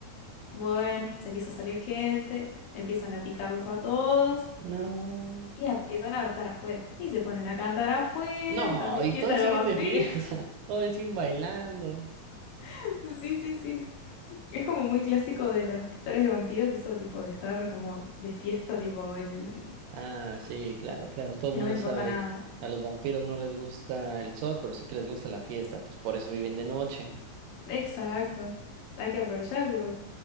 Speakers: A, on the left; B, on the right.
A: Bueno, se empieza a salir gente, empiezan a picarlos a todos
B: no.
A: y empiezan a estar afuera. Y se ponen a cantar afuera
B: No,
A: y están de
B: y
A: fiesta
B: todos
A: los
B: siguen
A: vampiros.
B: de fiesta. <laughs> Todos siguen bailando.
A: <laughs> Sí, sí, sí. Es como muy clásico de las historias de vampiros, eso tipo de estar como de fiesta, tipo el...
B: Ah, sí, claro, claro. Todo el
A: que
B: mundo
A: no me importa
B: sabe.
A: nada.
B: A los vampiros no les gusta el sol, pero sí que les gusta la fiesta. Pues por eso viven de noche.
A: Exacto. Hay que aprovechar, tipo,